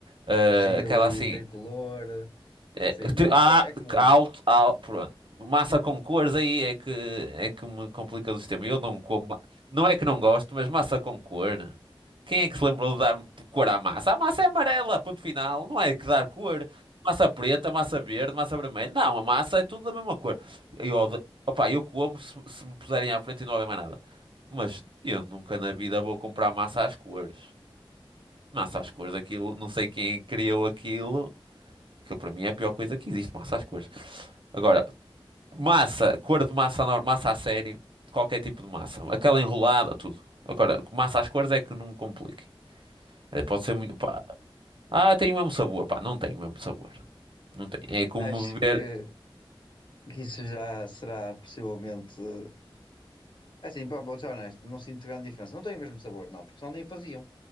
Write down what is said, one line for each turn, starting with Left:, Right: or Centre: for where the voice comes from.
Right: ah,
Left: fuzile,
Right: aquela assim.
Left: tricolor,
Right: É,
Left: sim,
Right: tri-
Left: comes
Right: há-
Left: qualquer. É como
Right: alto,
Left: eu.
Right: al- pronto. Massa com cores aí é que é que me complica o sistema. Eu não como, ma- não é que não gosto, mas massa com cor. Quem é que se lembrou de dar cor à massa? A massa é amarela, ponto final. Não é que dar cor. Massa preta, massa verde, massa vermelha. Não, a massa é tudo da mesma cor. Eu, ode- opa, eu como se, se me puserem à frente e não houver mais nada. Mas eu nunca na vida vou comprar massa às cores. Massa às cores, aquilo, não sei quem criou aquilo. Aquilo para mim é a pior coisa que existe, massa às cores. Agora, massa, cor de massa, nor- massa a sério, qualquer tipo de massa. Aquela enrolada, tudo. Agora, massa às cores é que não me complique. Eh, Pode ser muito, pá. Ah, tem o mesmo sabor, pá. Não tem o mesmo sabor. Não tem. É como
Left: Acho
Right: beber,
Left: que, que isso já será possivelmente. eh, Assim, pá, vou ser honesto, não sinto grande diferença. Não tem o mesmo sabor, não, porque senão nem faziam.